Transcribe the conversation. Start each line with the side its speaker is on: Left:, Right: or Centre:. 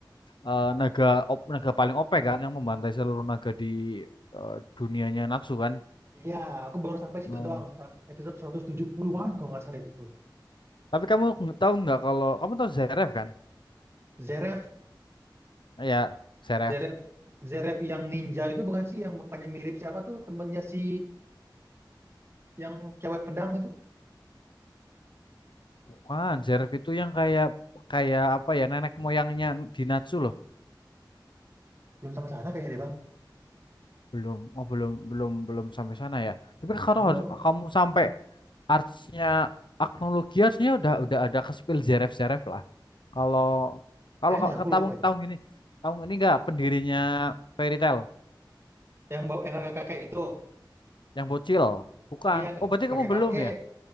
Left: eh, naga op, naga paling OP e kan yang membantai seluruh naga di eh, dunianya Natsu kan.
Right: Ya, aku baru sampai situ
Left: Oh.
Right: doang. Sam- Episode 170-an kalau nggak salah itu tuh.
Left: Tapi kamu nge- tahu nggak kalau kamu tahu Zeref kan?
Right: Zeref,
Left: Ya, Zeref.
Right: Zeref, Zeref yang ninja itu bukan sih yang mukanya mirip siapa tuh temennya si yang cewek pedang itu
Left: Kan Zeref itu yang kayak kayak apa ya nenek moyangnya di Natsu loh.
Right: belum sama sana kayaknya deh bang
Left: Belum, oh belum belum belum sampai sana ya. Tapi kalau
Right: belum
Left: harus- kamu sampai artsnya Agno harusnya udah udah ada ke spill Zeref-Zeref lah. Kalau kalau
Right: kayaknya
Left: kalau
Right: aku
Left: ke tahun
Right: lupa ya
Left: tahun ini tahun ini enggak pendirinya Fairy Tail
Right: yang bawa yang kakek kakek itu
Left: yang bocil. Bukan.
Right: iya
Left: Oh, berarti
Right: kakek
Left: kamu belum
Right: kakek
Left: ya?